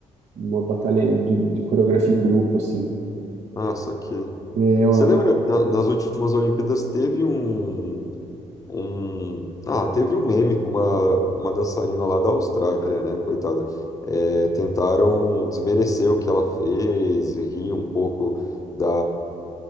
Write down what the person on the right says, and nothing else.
uma batalha de, de coreografia em grupo, assim.
É, é uma
parada.